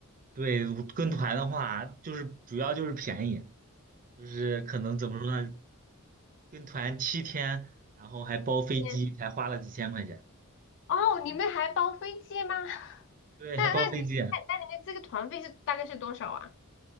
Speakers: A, on the right (about 40°); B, on the left (about 55°).
A: 对跟团的话，就是主要就是便宜，就是可能怎么说呢？跟团七天，然后还包飞机，
B: 前一天
A: 才花了几千块钱。
B: 哦，
A: 嗯，
B: 你们还包飞机吗？<laughs>
A: 对，
B: 那那你们那那你们这个团费是大概是多少啊？
A: 还包飞机。